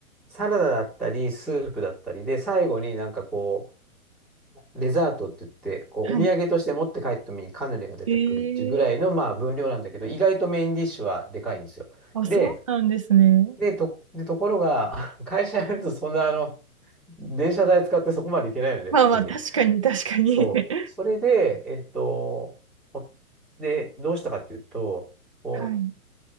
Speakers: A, in the centre; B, on the right.
A: サラダだったり、スープだったりで、最後になんかこう、デザートって言って、こう、
B: はい。
A: お土産として持って帰った時にカヌレが出てくるっていうぐらいの、
B: ええ
A: まあ、分量なんだけど、意外とメインディッシュはでかいんですよ。
B: ー、あ、
A: で、
B: そうなんですね。
A: で、と、で、ところが、<laughs> 会社やるとそんなあの、電車代使ってそこまで行けないので、
B: まあまあ、
A: 普通に。
B: 確かに確かに。
A: そう。
B: <laughs>
A: それで、えっと、おで、どうしたかっていうと、こう、
B: はい。